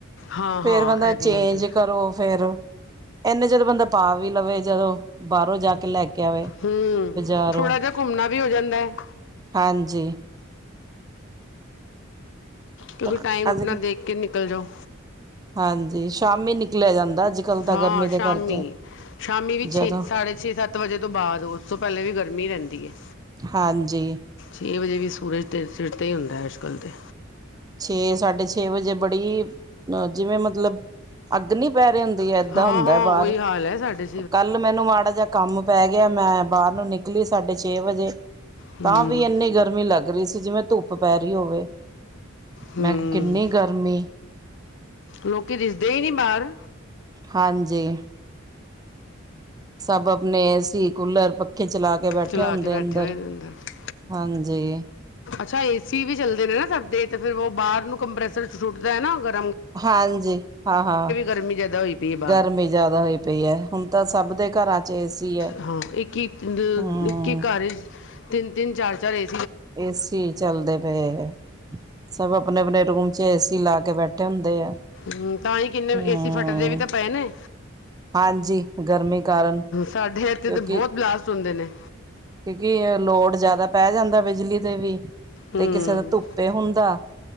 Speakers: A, on the left (about 60°); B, on the right (about 20°).
A: ਹਾਂ ਹਾਂ
B: ਫੇਰ ਬੰਦਾ
A: ਇਹ
B: ਚੇਂਜ
A: ਵੀ ਹੁੰਦੀ
B: ਕਰੋ। ਫੇਰ ਇੰਨੇ ਚ ਤੇ ਬੰਦਾ ਪਾ ਵੀ ਲਵੇ, ਜਦੋਂ ਬਾਹਰੋਂ ਜਾ ਕੇ ਲੈ ਕੇ- ਆਵੇ
A: ਹੂੰ,
B: ਬਜ਼ਾਰੋਂ
A: ਥੋੜਾ ਜਿਹਾ ਘੁੰਮਣਾ- ਵੀ ਹੋ ਜਾਂਦਾ ਹੈ
B: ਹਾਂਜੀ
A: ਕਿਉਂਕਿ
B: ਪਰ
A: ਟਾਈਮ
B: ਅੱਜ
A: ਨਾ ਦੇਖ ਕੇ ਨਿਕਲ ਜਾਓ
B: ਹਾਂਜੀ ਸ਼ਾਮੀ ਨਿਕਲਿਆ ਜਾਂਦਾ। ਕੱਲ੍ਹ ਤਾਂ
A: ਹਾਂ
B: ਗਰਮੀ ਦੇ
A: ਸ਼ਾਮੀ
B: ਕਰਕੇ।
A: ਸ਼ਾਮੀ ਵੀ ਛੇ
B: ਜਦੋਂ
A: ਸਾਢੇ ਛੇ ਸੱਤ ਵਜੇ ਤੋਂ ਬਾਅਦ ਉਸ ਤੋਂ ਪਹਿਲੇ ਵੀ ਗਰਮੀ ਰਹਿੰਦੀ ਹੈ।
B: ਹਾਂਜੀ
A: ਕਈ ਵਜੇ ਵੀ ਸੂਰਜ ਦੇ ਚਿਰ 'ਤੇ ਹੀ ਹੁੰਦਾ ਅੱਜ ਕੱਲ੍ਹ ਤਾਂ,
B: ਛੇ ਸਾਢੇ ਛੇ ਵਜੇ ਬੜੀ ਅਹ ਜਿਵੇਂ ਮਤਲਬ ਅੱਗ ਨੀ ਪੈ ਰਹੀ, ਹੈ ਏਦਾਂ
A: ਹਾਂ
B: ਹੁੰਦਾ
A: ਹਾਂ
B: ਬਾਹਰ
A: ਉਹੀ ਹਾਲ ਹੈ ਸਾਡੇ,
B: ਕੱਲ ਮੈਨੂੰ ਮਾੜਾ ਜਿਹਾ ਕੰਮ ਪੈ, ਗਿਆ ਮੈਂ ਬਾਹਰ ਨੂੰ ਨਿਕਲੀ ਸਾਡੇ ਛੇ ਵਜੇ,
A: ਹੂੰ
B: ਤਾਂ ਵੀ ਇੰਨੀ ਗਰਮੀ ਲੱਗ ਰਹੀ ਸੀ ਜਿਵੇਂ ਧੁੱਪ, ਪੈਰੀ ਹੋਵੇ।
A: ਹ
B: ਮੈਂ ਕਿਹਾ ਕਿੰਨੀ ਗਰਮੀ
A: ਲੋਕੀ ਦਿਸਦੇ ਹੀ ਨੀ ਬਾਹਰ,
B: ਹਾਂਜੀ ਸਭ ਆਪਣੇ ਕੂਲਰ ਪੱਖੇ ਚਲਾ ਕੇ ਬੈਠੇ
A: ਚਲਾ
B: ਹੁੰਦੇ
A: ਕੇ ਬੈਠੇ
B: ਅੰਦਰ
A: ਹੋਏ ਨੇ ਅੰਦਰ
B: ਹਾਂਜੀ,
A: ਅੱਛਾ ਏ ਸੀ ਵੀ ਚੱਲਦੇ ਨੇ ਨਾ ਸਭਦੇ ਤੇ ਫਿਰਰ ਉਹ ਬਾਹਰ ਨੂੰ ਕੰਪ੍ਰੈਸਰ ਛੁੱਟਦਾ ਹੈ ਨਾਗਰ,
B: ਹਾਂਜੀ ਹਾਂ, ਹਾਂ
A: ਗਰਮੀ ਜ਼ਿਆਦਾ ਹੋਈ ਪਈ ਹੈ ਬਾਹਰ
B: ਗਰਮੀ ਜ਼ਿਆਦਾ ਹੋਈ ਪਈ ਹੈ ਹੁਣ ਤਾਂ ਸਭ, ਦੇ ਘਰਾਂ, ਚ ਏਸੀ ਹੈ
A: ਹਾਂ ਇੱਕ ਅ
B: ਹਮ
A: ਇੱਕ ਇੱਕ ਘਰ, ਤਿੰਨ'ਤਿੰਨ ਚਾਰ-ਚਾਰ ਏ
B: ਏਸੀ ਚੱਲਦੇ ਪਏ ਹੈ ਸਭ ਆਪਣੇ ਆਪਣੇ ਰੂਮ ਚ ਏਸੀ, ਅਸੀਂ ਲਾ ਕੇ ਬੈਠੇ ਹੁੰਦੇ ਆ।
A: ਹੂੰ, ਤਾਂ ਹੀ ਕਿੰਨੇ
B: ਹਮ
A: ਏਸੀ ਫਟਦੇ ਵੀ ਤਾਂ ਪਏ ਨੇ
B: ਹਾਂਜੀ ਗਰਮੀ ਕਾਰਨ
A: ਸਾਡੇ ਇੱਥੇ
B: ਕਿਉਂਕਿ
A: ਤਾਂ ਬਹੁਤ ਬਲਾਸਟ ਹੁੰਦੇ ਨੇ।
B: ਕਿਉਂਕਿ ਲੋੜ ਜਿਆਦਾ ਪੈ ਜਾਂਦਾ ਬਿਜਲੀ ਤੇ ਵੀ,
A: ਹੂੰ
B: ਤੇ ਕਿਸੇ ਦਾ ਧੁੱਪੇ ਹੁੰਦਾ।